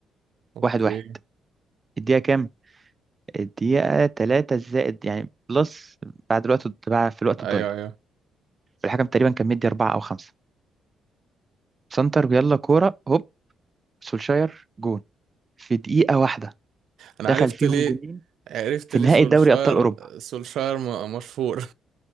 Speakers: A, on the right; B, on the right.
A: اوكي
B: 1-1 الدقيقه كام؟ الدقيقه 3 زائد يعني بلس بعد الوقت بعد في الوقت
A: ايوه
B: الضايع
A: ايوه
B: الحكم تقريبا كان مدي 4 او 5 سنتر يلا كوره هوب سولشاير جون في دقيقه واحده
A: انا
B: دخل
A: عرفت
B: فيهم
A: ليه
B: جونين
A: عرفت
B: في
A: ليه
B: نهائي
A: سولشاير
B: دوري ابطال اوروبا
A: سولشاير م- مشهور